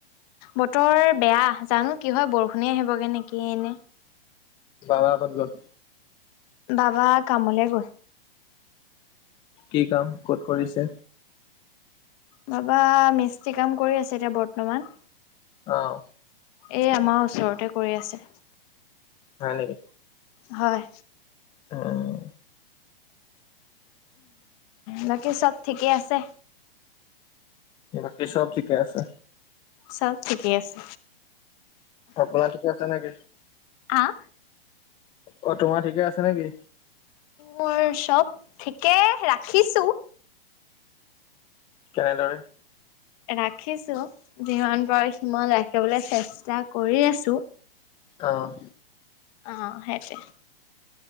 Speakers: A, on the left; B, on the left.
A: বতৰ বেয়া জানো কি হয় বৰষুণে আহিবগে নেকি এনে?
B: বাবা ক'ত গল।
A: বাবা কামলে গল।
B: কি কাম ক'ত কৰিছে?
A: বাবা মিস্ত্ৰী কাম কৰি আছে এতিয়া বৰ্তমান।
B: অহ,
A: এই আমাৰ ওচৰতে কৰি আছে।
B: হয় নেকি?
A: হয়।
B: অহ,
A: বাকী চব ঠিকে আছে।
B: বাবী চাব ঠিকেয়ে আছে।
A: চব ঠিকে আছে।
B: আপোনাৰ থিকে আছে নেকি?
A: আহ
B: অ' তোমাৰ ঠিকে আছে নেকি?
A: মোৰ চব ঠিকে ৰাখিছো।
B: কেনেদৰে
A: ৰাখিছো যিমান পাৰো সিমান ৰাখিবলৈ চেষ্টা কৰি আছো।
B: অ',
A: অ' সেইতোৱে।